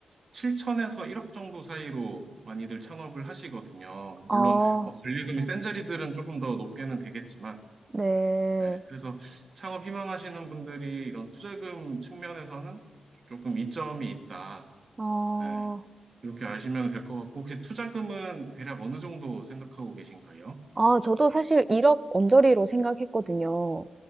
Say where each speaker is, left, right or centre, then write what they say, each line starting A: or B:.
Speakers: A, on the right; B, on the right.
A: 7천에서 1억 정도 사이로 많이들 창업을 하시거든요.
B: 어,
A: 물론 뭐 권리금이 센 자리들은 조금 더 높게는 되겠지만,
B: 네,
A: 네, 그래서 창업 희망하시는 분들이 이런 투자금 측면에서는 조금 이점이 있다.
B: 어,
A: 네, 이렇게 아시면 될 것 같고, 혹시 투자금은 대략 어느 정도 생각하고 계신가요?
B: 아, 저도 사실 1억 언저리로 생각했거든요.